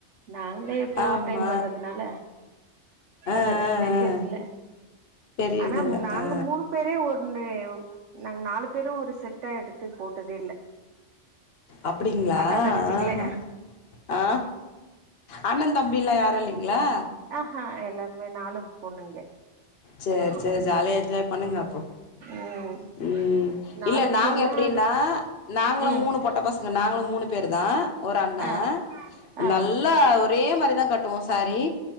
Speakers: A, on the right; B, on the left.
A: நாங்களே எப்பயோ
B: ஆமா
A: ஒரு டைம் வர்றதுனால
B: ஆ ஆ
A: அ தெரியறதில்ல
B: ஆ தெரியறதில்ல
A: ஆனா நாங்க
B: ஆ
A: மூணு பேரே ஒரு இன்னயு நாங்க நாலு பேரு ஒரு செட்டா எடுத்து போட்டதே இல்ல.
B: அப்டிங்ளா
A: அக்கா தங்கச்சிங்களே
B: ஆ ஆ அண்ணந் தம்பிலா யாரு இல்லீங்ளா?
A: ஆஹ்ஹா எல்லாமே நாலும் பொண்ணுங்ளே
B: சேரி
A: ம்
B: சேரி ஜாலியா என்ஜாய் பண்ணுங்க அப்போ
A: ம்
B: ம்
A: நாலு
B: இல்ல நாங்க
A: பொண்ணு
B: எப்டின்னா நாங்களும்
A: ம்
B: மூணு பொட்ட பசங்க நாங் களு மூணு பேர் தா ஒரு அண்ணா
A: ஆ ஆ
B: நல்லா ஒரே மாரி தா கட்டுவோ சேரி